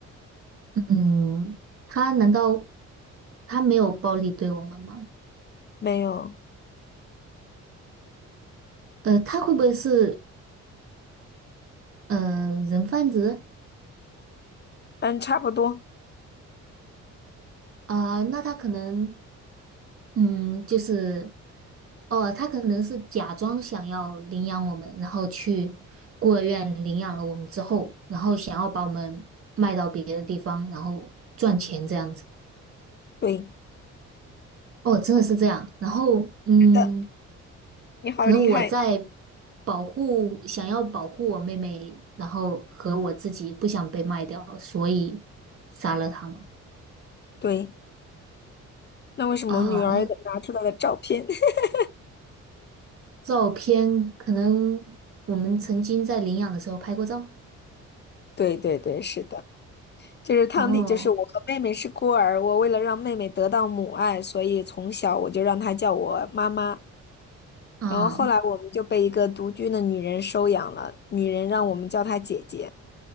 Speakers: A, on the right; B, on the left.
A: 嗯，他难道他没有暴力对我们吗？
B: 没有，
A: 呃，他会不会是呃人贩子
B: 嗯，差不多，
A: 啊、那他可能嗯，就是哦，他可能是假装想要领养我们，然后去孤儿院领养了我们之后，然后想要把我们卖到别的地方，然后赚钱这样子。
B: 对，
A: 哦，真的是这样。然后嗯。
B: 是的，你好厉害，
A: 可能我在保护，想要保护我妹妹，然后和我自己不想被卖掉，所以杀了她嘛。
B: 对，那为什么女儿的拿出来的照片？
A: 啊，
B: <laughs>
A: 照片可能我们曾经在领养的时候拍过照。
B: 对对对，是的。就是汤底，
A: 哦，
B: 就是我和妹妹是孤儿，我为了让妹妹得到母爱，所以从小我就让她叫我妈妈。
A: 嗯
B: 然后后来我们就被一个独居的女人收养了，女人让我们叫她姐姐。